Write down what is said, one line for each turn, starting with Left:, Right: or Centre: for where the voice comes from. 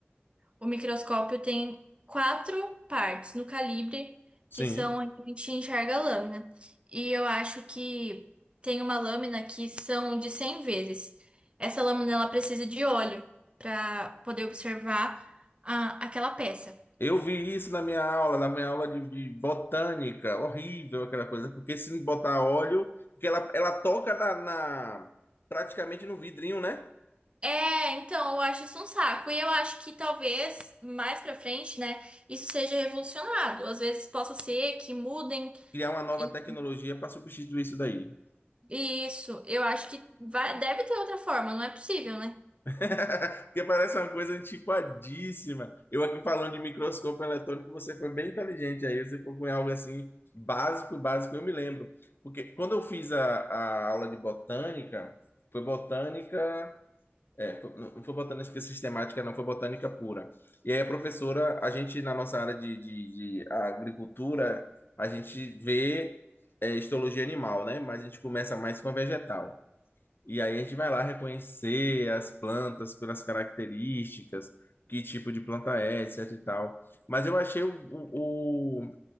Right: o microscópio tem quatro partes no calibre,
Left: Sim.
Right: que são onde a gente enxerga a lâmina. E eu acho que tem uma lâmina que são de 100 vezes. Essa lâmina ela precisa de óleo para poder observar a- aquela peça.
Left: Eu vi isso na minha aula, na minha aula de, de botânica, horrível aquela coisa, porque se botar óleo, porque ela, ela toca na, na- praticamente no vidrinho, né?
Right: É, então, eu acho isso um saco. E eu acho que talvez mais pra frente, né, isso seja revolucionado. Às vezes possa ser que mudem
Left: Criar uma nova
Right: e
Left: tecnologia para substituir isso daí.
Right: e isso. Eu acho que vai, deve ter outra forma, não é possível, né?
Left: <laughs> Porque parece uma coisa antiquadíssima. Eu aqui falando de microscópio eletrônico, você foi bem inteligente aí, você foi com algo assim básico, básico, eu me lembro. Porque quando eu fiz a, a aula de botânica, foi botânica. É, foi- não foi botânica sistemática, não foi botânica pura. E aí a professora, a gente na nossa área de, de, de agricultura, a gente vê é, histologia animal, né? Mas a gente começa mais com a vegetal. E aí a gente vai lá reconhecer as plantas pelas características, que tipo de planta é, etc e tal. Mas eu achei o, o,